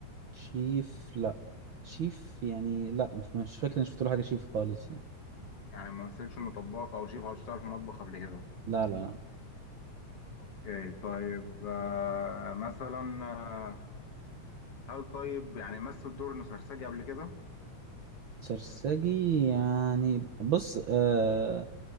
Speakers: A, on the right (about 60°); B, on the left (about 55°).
A: شيف لا شيف يعني لا مش مش فاكر اني شفت له حاجه شيف خالص يعني
B: يعني ما مثلش انه طباخ او شيف او اشتغل في مطبخ قبل كده
A: لا لا لا
B: اوكي طيب آه، مثلا آه، هل طيب يعني مثل دور انه سرسجي قبل كده
A: سرساجي يعني بص آه